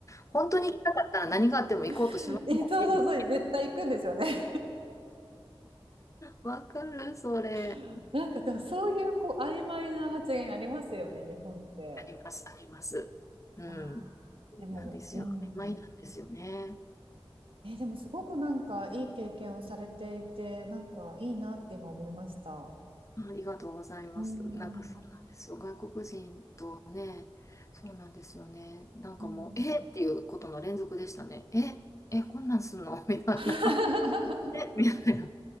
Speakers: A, on the left; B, on the right.
A: 本当に行きたかったら何があっても行こうとしますもんね。
B: <laughs> えそうそうそう絶対行くんですよね
A: わかる、それ。
B: <laughs> なんかでもそういうこう曖昧な発言ありますよね日本って
A: あります、あります。うん。
B: あーでもうん
A: なんですよ。曖昧なんですよね。
B: えでもすごくなんかいい経験をされていてなんかいいなって今思いました
A: ありがとうございます。
B: うん
A: なんかそうなんですよ。外国人とね、そうなんですよね。なんかもう、
B: うん
A: えっていうことの連続でしたね。え、え、こんなんすんの <laughs> みたいな。
B: <laughs>
A: みたいな。